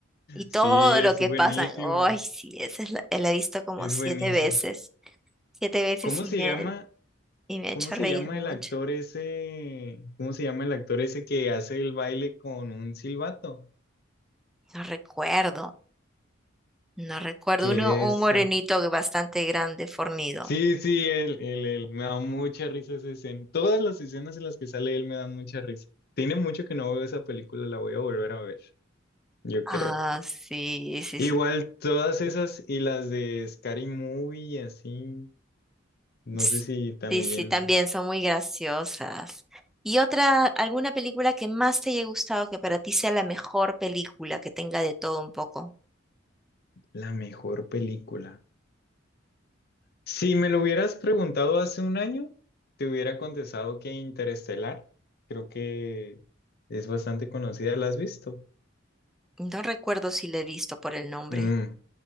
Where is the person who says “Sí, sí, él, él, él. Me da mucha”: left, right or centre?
Left